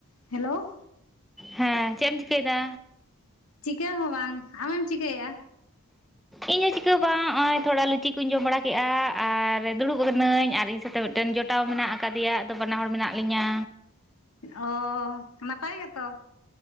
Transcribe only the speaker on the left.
Hello
ᱪᱤᱠᱟᱹ ᱦᱚᱸ ᱵᱟᱝ ᱟᱢᱮᱢ ᱪᱤᱠᱟᱹᱮᱭᱟ?
ᱚ ᱱᱟᱯᱟᱭ ᱜᱮᱛᱚ᱾